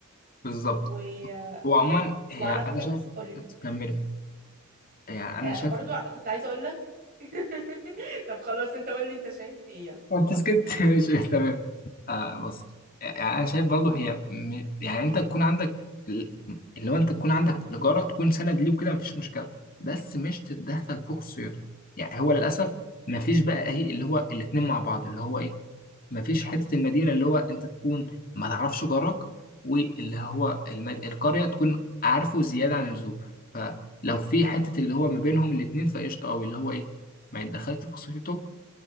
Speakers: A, on the left; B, on the right.
A: بالظبط
B: و...
A: هو عموما هي
B: وعلى
A: أنا
B: فكرة
A: شايف
B: قولي
A: كملت يعني أنا
B: آه،
A: شايف
B: برضو كنت عايزة اقول لك <laughs> طب خلاص انت قول لي انت شايف ايه يلا
A: وانت
B: اتفضل
A: سكت <laughs> ماشي تمام آه بص يعني انا شايف برضه هي م... يعني انت تكون عندك ال- اللي هو انت تكون عندك الاجاره تكون سند ليه وكده مفيش مشكله بس مش تتدخل في خصوصيته يعني هو للاسف مفيش بقى ايه اللي هو الاتنين مع بعض اللي هو ايه مفيش حته المدينه اللي هو انت تكون ما تعرفش جارك واللي هو الم... القريه تكون عارفه زياده عن اللزوم فلو في حته اللي هو ما بينهم الاتنين فقشطه قوي اللي هو ايه ما يتدخلش في خصوصيته